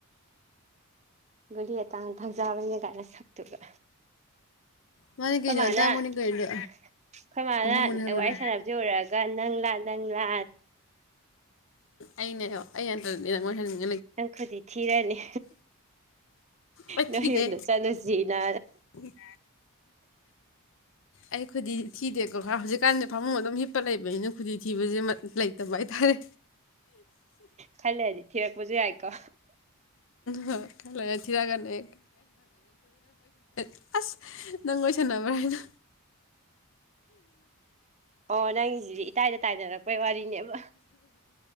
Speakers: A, on the right; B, on the left.
A: ꯒꯨꯂꯤ ꯑꯇꯥꯡ ꯊꯪꯖꯕꯅꯤꯅ ꯀꯥꯏꯅ ꯅꯁꯛꯇꯨꯕ
B: ꯃꯥꯅꯤ
A: ꯑꯩꯈꯣꯏ
B: ꯀꯩꯅꯣ
A: ꯃꯥꯅ
B: ꯑꯇꯥꯡꯕꯅꯤ
A: ꯑꯩꯈꯣꯏ
B: ꯀꯩꯅꯣ
A: ꯃꯥꯅ
B: ꯑꯍꯣꯡꯕꯅꯤ ꯍꯥꯏꯕꯗꯣ
A: ꯋꯥꯔꯤ ꯁꯥꯟꯅꯕ ꯑꯗꯨ ꯑꯣꯢꯔꯒ ꯅꯪꯂ ꯅꯪꯂ
B: ꯑꯩꯅꯦ ꯑꯩ <inaudible> ꯍꯟꯇꯅꯤ ꯅꯪ ꯃꯣꯏ ꯍꯟꯅꯤꯡꯉ
A: ꯅꯪ ꯈꯔꯗꯤ ꯊꯤꯔꯅꯤ
B: ꯑꯩ
A: ꯅꯣꯏ
B: ꯊꯤꯗꯦ
A: ꯌꯨꯝꯗ ꯆꯠꯂꯁꯤꯅꯥ
B: <inaudible> ꯑꯩ ꯈꯨꯗꯤ ꯊꯤꯗꯦꯀꯣ ꯈꯔ ꯍꯧꯖꯤꯛꯀꯥꯟꯗꯤ ꯐꯃꯨꯡ ꯑꯗꯨꯝ ꯍꯤꯞꯄ ꯂꯩꯕꯅꯤꯅ ꯈꯨꯗꯤ ꯊꯤꯕꯁꯦ ꯂꯩꯇꯕ ꯍꯥꯏꯇꯥꯔꯦ
A: ꯈꯔ ꯂꯩꯔꯗꯤ ꯊꯤꯔꯛꯄꯁꯨ ꯌꯥꯏꯀꯣ
B: ꯍ ꯊꯤꯔꯥꯒꯅ ꯍꯦꯛ <unintelligible> ꯑꯁ ꯅꯪ ꯋꯔꯤ ꯁꯅꯕ ꯍꯥꯏꯅꯣ
A: ꯑꯣ ꯅꯪꯁꯤꯗꯤ ꯏꯇꯥꯏꯗ ꯇꯥꯏꯅꯔꯛꯄꯩ ꯋꯥꯔꯤꯅꯦꯕ